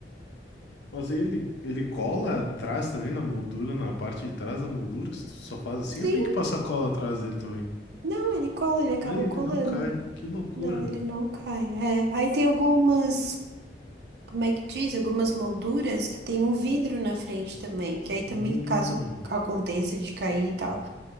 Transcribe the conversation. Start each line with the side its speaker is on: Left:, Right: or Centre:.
Left: Mas aí ele, ele cola atrás também na moldura, na parte de trás da moldura, se tu só faz assim,
Right: Sim,
Left: eu tenho que passar cola atrás dele também.
Right: não, ele cola, ele acaba
Left: Aí ele
Right: colando.
Left: não cai, que loucura.
Right: Não, ele não cai. É, aí tem algumas, como é que diz? Algumas molduras que tem um vidro na frente também. Que aí também,
Left: Hum,
Right: caso aconteça de cair e tal.